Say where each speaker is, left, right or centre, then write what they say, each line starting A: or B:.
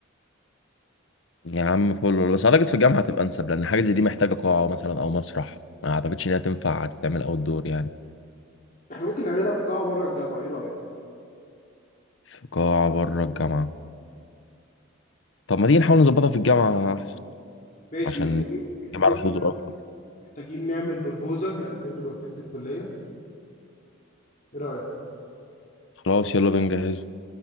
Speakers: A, on the left (about 60°); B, on the left (about 40°).
A: يا عم فل بس اعتقد في الجامعه هتبقى انسب لان حاجه زي دي محتاجه قاعه مثلا او مسرح ما اعتقدش ان هي تنفع تتعمل اوت دور يعني
B: احنا ممكن نعملها في قاعه بره الجامعه ايه رايك
A: في قاعه بره الجامعه طب ما تيجي نحاول نظبطها في الجامعه احسن
B: ماشي
A: عشان
B: محتاجين محتاجين
A: نجمع على الحضور اكتر
B: محتاجين نعمل بروبوزال نقدمه لوكيله الكليه ايه رايك
A: خلاص يلا بنجهز